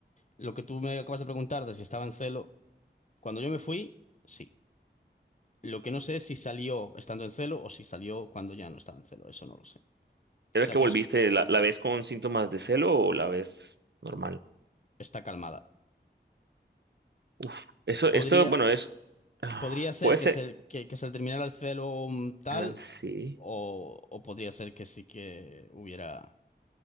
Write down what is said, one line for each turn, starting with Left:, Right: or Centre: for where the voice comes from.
Left: lo que tú me acabas de preguntar de si estaba en celo, cuando yo me fui, sí. Lo que no sé es si salió estando en celo o si salió cuando ya no estaba en celo, eso no lo sé.
Right: ¿Era
Left: O sea
Right: que
Left: que
Right: volviste?
Left: es,
Right: ¿La, la ves con síntomas de celo o la ves normal?
Left: está calmada.
Right: Uf, eso,
Left: Podría,
Right: esto, bueno, es. ah,
Left: podría ser
Right: Puede
Left: que
Right: ser.
Left: se, que, que se le terminara el celo mm, tal,
Right: ah, sí.
Left: o, o podría ser que sí que hubiera.